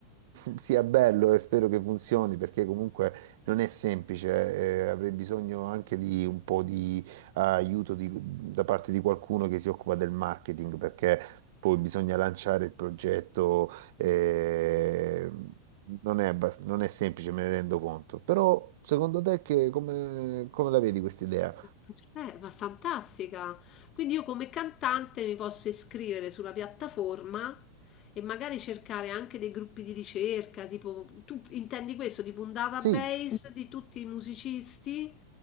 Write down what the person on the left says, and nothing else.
Perfetto, ma fantastica. Quindi io come cantante mi posso iscrivere sulla piattaforma e magari cercare anche dei gruppi di ricerca, tipo tu intendi questo, tipo un database
di tutti i musicisti?